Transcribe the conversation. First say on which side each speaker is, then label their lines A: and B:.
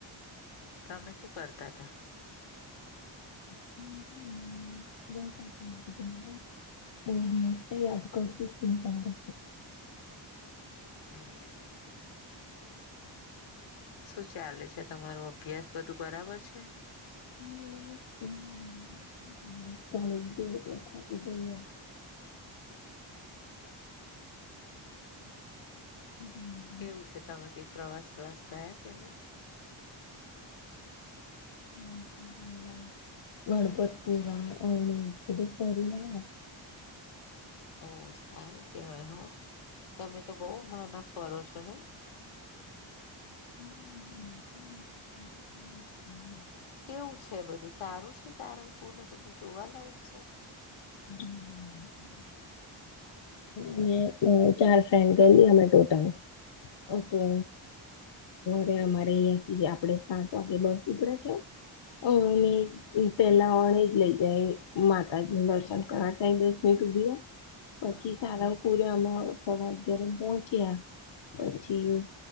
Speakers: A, on the left; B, on the left.
A: તમે શું કરતા તા?
B: <inaudible> અયાદ કરતી તી તમને
A: હમ્મ. શું ચાલે છે તમારો અભ્યાસ બધું બરાબર છે.
B: <unintelligible>
A: <inaudible>
B: <inaudible>
A: કેવું છે તમે પ્રવાસ પ્રવાસ ગયા કે નહી?
B: <inaudible> ગણપતપુરા અરણશ બધે ફરી ને આયા
A: ઓ સારું કેવાય હો તમે તો બહુ હમણાં ના ફરો છો નઈ?
B: <unintelligible>
A: કેવું છે બધું સારું છે સારંગપુર ને બધું જોવાલાયક છે?
B: <inaudible> અમે ચાર ફ્રેન્ડ ગયેલી અમે ટોટલ અ તો રે અમારે અહિયાં થી આપડે સાત વાગે બસ ઉપડ્યા છે. અ
A: હમ
B: અને પેલા ઓનેજ લઈ જાય માતાજી નું દર્શન ઘણા ટાઈમ બસ ઊભી રે
A: હમ
B: પછી પૂરમાં સવા અગયારે કોણ છે પછી